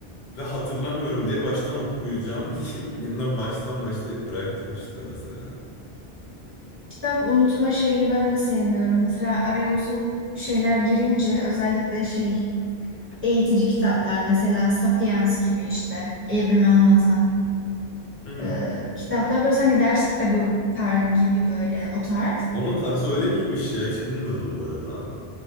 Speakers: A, on the left; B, on the right.
A: Ve hatırlamıyorum diye baştan okuyacağım <laughs> deyip yeniden baştan başlayıp bıraktım işte mesela.
B: Kitap unutma şeyini ben de sevmiyorum. Mesela araya uzun şeyler girince özellikle şey eğitici kitaplar mesela Sapiens gibi işte evrimi anlatan
A: Hmm.
B: e, kitaplar böyle sanki ders kitabı tar gibi böyle o tarz.
A: Onun tarzı öyle miymiş ya? Hiç bilmiyordum bu arada.